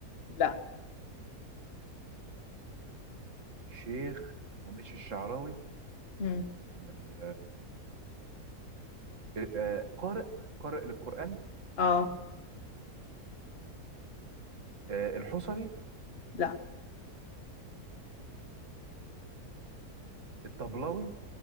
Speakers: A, on the left; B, on the right.
A: لا
B: شيخ ومش الشعراوي
A: مم.
B: امال آه، آه، قارئ قارئ للقرآن
A: اه
B: آه، الحصري
A: لا
B: الطبلاوي